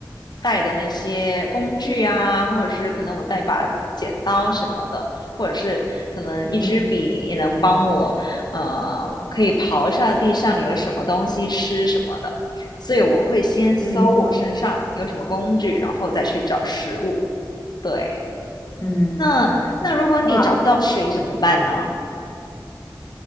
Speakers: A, on the left; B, on the left.
A: 带的那些工具啊，或者是可能我带把剪刀什么的，或者是可能一支笔也能帮我呃，
B: 嗯。
A: 可以刨下地上有什么东西吃什么的，所以我会先搜我身上有什么工具，
B: 嗯
A: 然后再去找食物。对，
B: 嗯，
A: 那那如果你找不到水怎么办呢？
B: 那